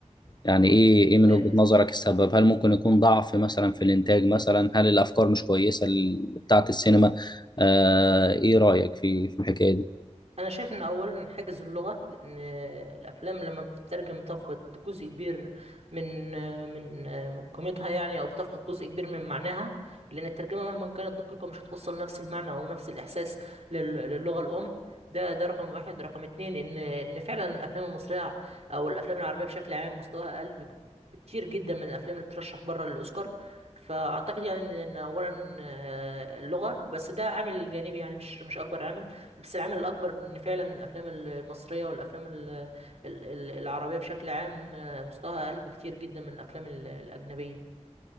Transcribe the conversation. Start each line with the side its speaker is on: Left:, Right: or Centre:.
Left: يعني ايه ايه من
Right: آه،
Left: وجهة نظرك السبب هل ممكن يكون ضعف مثلا في الانتاج مثلا هل الافكار مش كويسة ال- بتاعة السينما آه ايه رأيك في في الحكاية دي
Right: انا شايف ان اولا حاجز اللغه لان الافلام لما بتترجم بتفقد جزء كبير من من من قيمتها يعني او بتفقد جزء كبير من معناها لان الترجمه مهما كانت دقيقه مش هتوصل نفس المعنى او نفس الاحساس لل- للغه الام ده ده رقم واحد رقم اتنين ان ان فعلا الافلام المصريه او الافلام العربيه بشكل عام مستواها اقل بك- بكتير جدا من الافلام اللي بترشح بره للاوسكار فاعتقد يعني ان إن اولا آه، اللغه بس ده عامل جانبي يعني مش مش اكبر عامل بس العامل الأكبر إن فعلا الأفلام ال- المصرية والأفلام ال- ال- ال- العربية بشكل عام آه، مستواها أقل بكتير جدا من الأفلام ال- الأجنبية